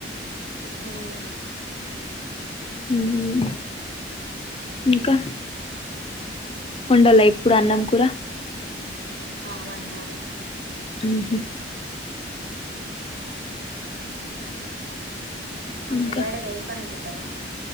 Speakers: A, on the right; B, on the left.
A: హ్మ్
B: హ్మ్ ఇంకా వండాలా
A: చెప్పాలరా
B: ఇప్పుడు అన్నం కూర
A: ఆ వండాలి
B: హ్మ్ హా
A: మమ్మీ
B: ఇంకా
A: డాడి రోజు పనికి పోత్ త్తరా